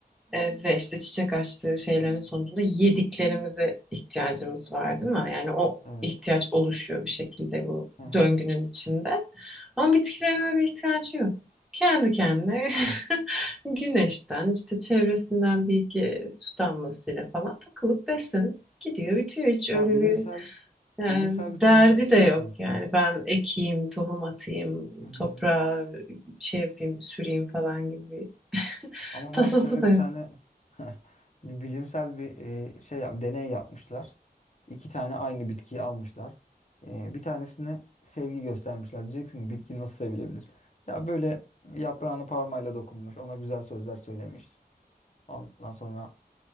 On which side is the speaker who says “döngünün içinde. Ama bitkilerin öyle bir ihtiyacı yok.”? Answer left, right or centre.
Centre